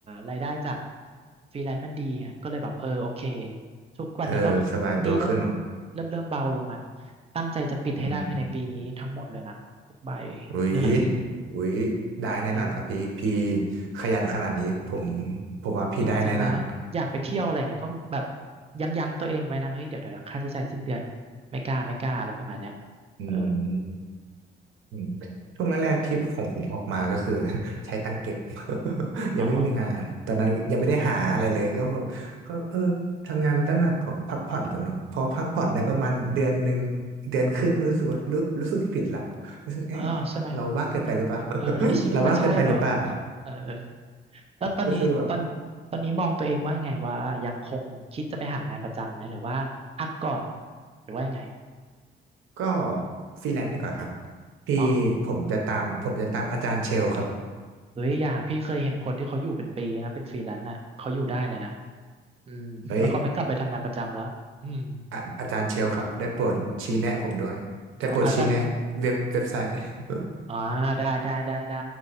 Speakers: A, on the right (about 30°); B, on the right (about 85°).
A: รายได้จากฟรีแลนซ์มันดีไงก็เลยแบบเออโอเคทุกวันนี้ก็
B: เออสบายตัวขึ้นเนาะ
A: หนี่เริ่มเริ่มเริ่มเบาลงละตั้งใจจะปิดให้ได้ภายในปีนี้ทั้งหมดเลยนะทุกใบ
B: อืม อุ้ย
A: เหนื่อย
B: อุ้ยได้แน่นอนครับพี่พี่
A: จริง
B: ขยันขนาดนี้ผมผมว่าพี่ได้แน่นอน
A: จริงๆนะอยากไปเที่ยวอะไรอย่างเงี้ยก็แบบยั้งยั้งตัวเองไว้นะเฮ้ยเดี๋ยวเดี๋ยวค่าใช้จ่ายสิ้นเดือนไม่กล้าไม่กล้าอะไรประมาณเนี้ย
B: อืม
A: เออ
B: อืมช่วงแรกๆที่ของผมออกมาก็คือ <laughs> ใช้ตังเก็บ <laughs>
A: อ๋อ
B: ยังไม่มีงานตอนนั้นยังไม่ได้หาอะไรเลยก็ก็เออทำงานตั้งหนักก็พักผ่อนก่อนเนาะพอพักผ่อนได้ประมาณเดือนหนึ่งเดือนครึ่งรู้สึกว่ารู้รู้สึกผิดละรู้สึกเอ๊ะเราบ้างเกินไปหรือเปล่า
A: อ๋อใช่ไหมเออเอ้ยชีวิตมันใช่เหรอ
B: <laughs> เราบ้างเกินไปหรือเปล่า
A: เออเออแล้วตอนนี้ตอนตอนนี้มองตัวเองว่ายังไงว่ายังคงคิดจะไปหางานประจำไหมหรือว่าพักก่อน
B: <laughs> ก็คือแบบ
A: หรือว่ายังไง
B: ก็ฟรีแลนซ์ดีกว่าครับพี่ผมจะตามผมจะตามอาจารย์เชลครับ
A: เนาะเฮ้ยอย่าพี่เคยเห็นคนที่เขาอยู่เป็นปีนะเป็นฟรีแลนซ์อ่ะเขาอยู่ได้เลยนะอืมแล้วเขาไม่กลับไปทำงานประจำแล้วอืม
B: เฮ้ยอะอาจารย์เชลครับได้โปรดชี้แนะผมด้วยได้โปรดชี้แนะเว็บเว็บไซต์
A: เอาอาจารย์
B: <laughs>
A: อ่าได้ได้ได้ได้